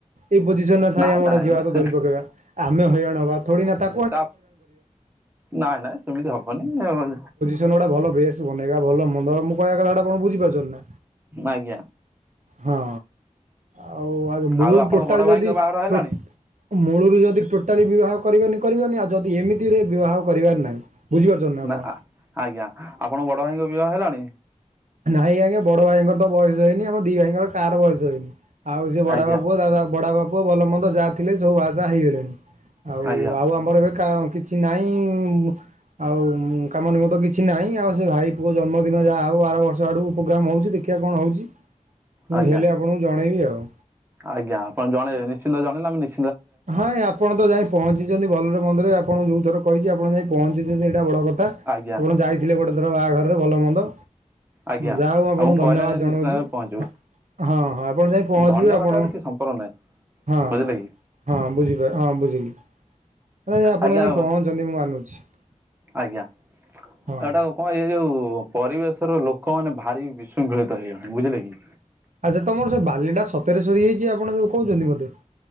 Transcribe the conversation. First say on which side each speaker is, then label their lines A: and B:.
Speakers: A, on the right (about 70°); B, on the right (about 15°).
A: ଏଇ ପୋଜିସନ୍ ରେ ଥାଇ
B: ନାଇଁ
A: ଆମେ ଗୋଟେ
B: ନାଇଁ
A: ଝିଅ ହାତ
B: ସେ
A: ଧରି ପକେଇବା। ଆମେ ହଇରାଣ ହବା, ଥୋଡି ନା ତା
B: ତପ୍ ନାଇଁ ନାଇଁ ସେମିତି ହବନି ଆଉ।
A: <unintelligible> ଟା ଭଲ ବେଶ ବନେଇବା ଭଲ ମନ୍ଦ ମୁଁ କହିବା କଥାଟା ଆପଣ ବୁଝିପାରୁଛନ୍ ନା?
B: ଆଜ୍ଞା।
A: ହଁ, ଆଉ ଆଗ ମୁଁ
B: ଆଉ ଆପଣଙ୍କ
A: ଟୋଟାଲ୍
B: ବଡ଼
A: ଯଦି
B: ଭାଇଙ୍କ ବାହାଘର ହେଲାଣି
A: ଟୋଟ୍ ମୂଳରୁ ଯଦି ଟୋଟାଲି ବିବାହ କରିବନି କରିବନି, ଆଉ ଯଦି ଏମିତିରେ ବିବାହ କରିବାର ନାହିଁ। ବୁଝିପାରୁଛନ୍ତି ଆପଣ?
B: ନା, ଆଜ୍ଞା। ଆପଣଙ୍କ ବଡ ଭାଇଙ୍କ ବିବାହ ହେଲାଣି?
A: ନାଇଁ ଆଜ୍ଞା, ବଡ଼ ଭାଇଙ୍କର ତ ବୟସ ହେଇନି। ଆମ ଦି ଭାଇଙ୍କର କାହାର ବୟସ ହେଇନି। ଆଉ ସିଏ ବଡ଼
B: ଆଜ୍ଞା
A: ବାପୁଅ, ଦାଦା, ବଡା ବାପୁଅ, ଭଲ ମନ୍ଦ ଯାହା ଥିଲେ ସବୁ ବାହାସା ହେଇଗଲେଣି। ଆଉ
B: ଆଜ୍ଞା
A: ଆଉ ଆମର ଏବେ କା କିଛି ନାହିଁ-ଉଁବ୍ ଆଉ କାମ ନିମନ୍ତ କିଛି ନାହିଁ, ଆଉ ସେ ଭାଇ ପୁଅ ଜନ୍ମଦିନ ଯାହା ହଉ ବାରବର୍ ଛ ଆଡ଼କୁ ପ୍ରୋଗ୍ରାମ୍ ହଉଛି, ଦେଖିବା କଣ ହଉଛି? ମୁଁ
B: ଆଜ୍ଞା
A: ହେଲେ ଆପଣଙ୍କୁ ଜଣେଇବି ଆଉ?
B: ଆଜ୍ଞା, ଆପଣ ଜଣେଇବେ! ନିଶ୍ଚିନ୍ତ ଜଣେଇଲେ ଆମେ ନିଶ୍
A: ହଁ, ଏଇ ଆପଣ ତ ଯାଇ ପହଞ୍ଚିଚନ୍ତି, ଭଲରେ ମନ୍ଦରେ ଆପଣ ଯୋଉ ଥର କହିଛି ଆପଣ ଯାଇ ପହଞ୍ଚିଛନ୍ତି ଏଇଟା ବଡ଼ କଥା।
B: ଆଜ୍ଞା
A: ଆପଣ ଯାଇ ଥିଲେ, ଗୋଟେ ଥର ବାହାଘରରେ ଭଲ ମନ୍ଦ।
B: ଆଜ୍ଞା
A: ଯାହା ହଉ ଆପଣଙ୍କୁ
B: ଆମକୁ
A: ଧନ୍ୟବାଦ
B: କହିଲେ ଯାଇ
A: ଜଣଉଛି।
B: ନିଶ୍ଚିନ୍ତ ଭାବେ ପହଞ୍ଚିବୁ
A: ହଁ ହଁ, ହଁ, ଆପଣ ଯାଇ ପହଞ୍ଚିବେ।
B: ଧନ୍ୟବାଦ
A: ଆପଣ,
B: ଆରେ କିଛି ସମ୍ପର୍କ ନାହିଁ
A: ହଁ।
B: ବୁଝିଲେ କି
A: ହଁ, ବୁଝିପା ହଁ ବୁଝିଲି। ନାଇଁ ଆପଣ
B: ଆଜ୍ଞା
A: ଯାଇ ପହଞ୍ଚଚନ୍ତି, ମୁଁ ମାନୁଛି।
B: ଆଜ୍ଞା,
A: ହଁ
B: ଏଟାକୁ କଣ ଏଇ ଯୋଉ ପରିବେଶର ଲୋକମାନେେ ଭାରି ବିଶୃଙ୍ଖଳିତ ହେଇଗଲେଣି ବୁଝିଲେ କି।
A: ଆଚ୍ଛା ତମର ସେ ବାଲିଟା ସତରେ ସରି ହେଇଛି ଆପଣ ଯୋଉ କହୁଛନ୍ତି ମୋତେ?